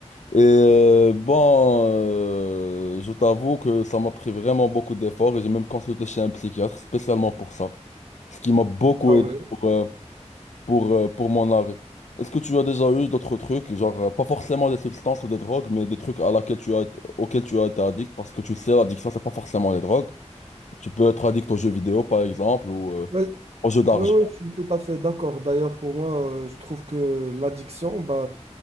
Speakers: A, on the left; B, on the right.
A: Et euh, bon, euh, je t'avoue que ça m'a pris vraiment beaucoup d'efforts et j'ai même consulté chez un psychiatre spécialement pour ça, ce qui m'a beaucoup
B: Ah
A: aidé
B: ouais.
A: pour, euh, pour, euh, pour mon arrêt. Est-ce que tu as déjà eu d'autres trucs, genre euh, pas forcément des substances ou des drogues, mais des trucs à laquelle tu as été- auxquels tu as été addict, parce que tu sais, l'addiction, c'est pas forcément les drogues. Tu peux être addict aux jeux vidéo, par exemple, ou euh,
B: Ouais,
A: aux jeux d'argent.
B: ouais, ouais, je suis tout à fait d'accord. D'ailleurs, pour moi, euh, je trouve que l'addiction, bah,